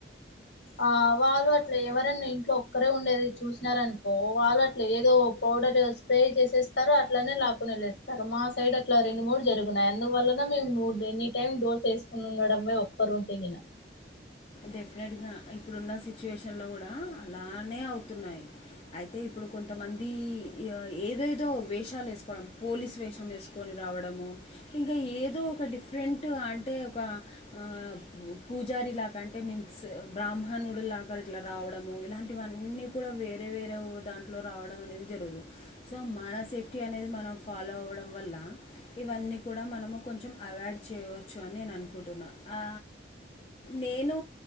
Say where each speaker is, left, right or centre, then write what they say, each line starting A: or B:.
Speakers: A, on the left (about 70°); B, on the left (about 30°).
A: ఆ వాళ్ళు అట్ల ఎవరన్నా ఇంట్లో ఒక్కరే ఉండేది చూసినారనుకో వాళ్ళు అట్ల ఏదోఒక పౌడర్ స్ప్రే చేసేస్తారు అట్లనే లాకునళ్లేేస్తారు మా సైడ్ అట్లా రెండు మూడు జరు నయి అందువలన మేము ఎనీ టైమ్ డోర్స్ ఏసుకుని ఉండడమే ఒక్కరు ఉంటేగిన
B: డెఫినెట్గా ఇప్పుడున్న సిచ్యుయేషన్ లో కూడా అలానే అవుతున్నాయి అయితే ఇప్పుడు కొంతమంది ఇఅ ఏదోదో వేషాలు వేసుకోవడం పోలీస్ వేషం వేసుకో కొని రావడము ఇంకా ఏదో ఒక డిఫరెంట్ అంటే ఒక ఆ పూజారి లా కంటే మీన్స్ బ్రాహ్మణుడులాగా ఇట్లా రావడము ఇలాంటివన్నీ కూడా వేరే వేరే దాంట్ ట్లో రావడం అనేది జరిగింది సో మన సేఫ్టీ అనేది మనం ఫాలో అవ్వడం వల్ల ఇవన్నీ కూడా మనము కొంచెం అవాయిడ్ చేయవచ్చు అని నేను అనుకుంటున్నా ఆ నేను